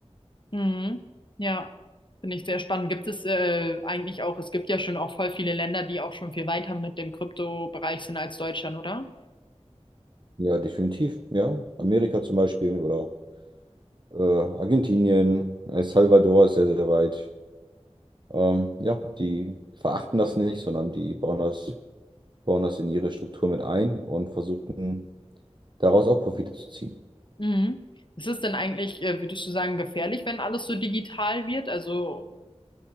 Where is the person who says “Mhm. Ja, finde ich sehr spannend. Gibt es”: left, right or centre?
Left